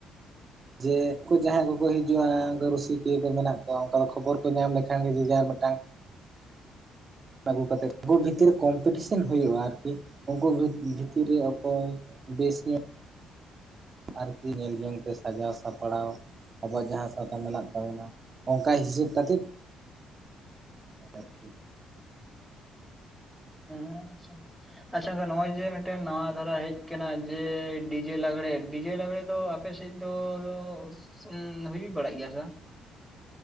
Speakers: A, on the right; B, in the centre.
A: ᱡᱮ ᱩᱱᱠᱩ ᱡᱟᱦᱟᱸᱭ ᱠᱚᱠᱚ ᱦᱤᱡᱩᱜᱼᱟ ᱩᱱᱠᱩ ᱨᱩᱥᱤᱠᱤᱭᱟᱹ ᱠᱚ ᱢᱮᱱᱟᱜ ᱠᱚᱣᱟ ᱚᱱᱠᱟ ᱫᱚ ᱠᱷᱚᱵᱚᱨ ᱠᱚ ᱧᱟᱢ ᱞᱮᱠᱷᱟᱱ ᱜᱮ ᱡᱮ ᱡᱟᱦᱟᱸ ᱢᱤᱫᱴᱟᱝ ᱟᱹᱜᱩ ᱠᱟᱛᱮᱜ ᱩᱱᱠᱩ ᱵᱷᱤᱛᱤᱨ ᱠᱚᱢᱯᱤᱴᱤᱥᱮᱱ ᱦᱩᱭᱩᱜᱼᱟ ᱟᱨᱠᱤ ᱩᱝᱠᱩ ᱵᱷᱤᱛ ᱵᱷᱤᱛᱤᱨ ᱨᱮ ᱚᱠᱚᱭ‌ ᱵᱮᱥ ᱧᱚᱜ ᱟᱨᱠᱤ ᱧᱮᱞ ᱡᱚᱝ ᱛᱮ ᱥᱟᱡᱟᱣ ᱥᱟᱯᱲᱟᱣ ᱾ ᱟᱵᱚᱣᱟᱜ ᱡᱟᱦᱟᱸ ᱥᱟᱶᱛᱟ ᱢᱮᱱᱟᱜ ᱛᱟᱵᱚᱱᱟ ᱚᱝᱠᱟ ᱦᱤᱥᱟᱹᱵ ᱠᱟᱛᱮᱫ <unintelligible>
B: ᱦᱮᱸ ᱟᱪᱪᱷᱟ, ᱟᱪᱪᱷᱟ ᱱᱚᱜᱼᱚᱭ ᱡᱮ ᱢᱤᱫᱴᱮᱱ ᱱᱚᱣᱟ ᱫᱷᱟᱨᱟ ᱦᱮᱡ ᱠᱟᱱᱟ ᱡᱮ ᱰᱤᱡᱮ ᱞᱟᱜᱽᱲᱮ ᱰᱤᱡᱮ ᱞᱟᱜᱽᱲᱮ ᱫᱚ ᱟᱯᱮ ᱥᱮᱡ ᱫᱚ᱾ ᱩ ᱦᱩᱭ ᱵᱟᱲᱟᱜ ᱜᱮᱭᱟ ᱥᱮ ᱵᱟᱝ᱾